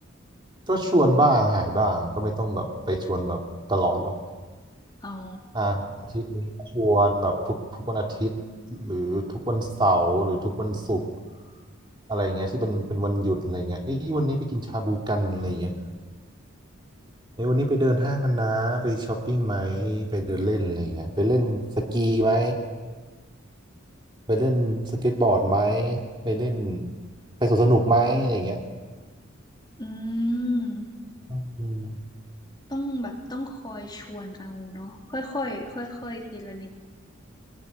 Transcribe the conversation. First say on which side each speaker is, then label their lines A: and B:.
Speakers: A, on the right (about 25°); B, on the left (about 20°).
A: ก็ชวนบ้างหายบ้าง ก็ไม่ต้องแบบไปชวนแบบตลอดหรอก
B: อ๋อ
A: อ่าอาทิตย์นี้ก็ชวนแบบทุกทุกวันอาทิตย์หรือทุกวันเสาร์หรือทุกวันศุกร์อะไรอย่างเงี้ยที่เป็นเป็นวันหยุดอะไรเงี้ยเอ้ยวันนี้ไปกินชาบูกันอะไรเงี้ยเอ้ยวันนี้ไปเดินห้างกันนะไปช้อปปิ้งไหมไปเดินเล่นอะไรเงี้ยไปเล่นสกีไหมไปเล่นสเก็ตบอร์ดไหมไปเล่นไปสวนสนุกไหมอะไรเงี้ย
B: อืม
A: อืม
B: ต้องแบบต้องคอยชวนเอาเนาะค่อยๆค่อยๆทีละนิด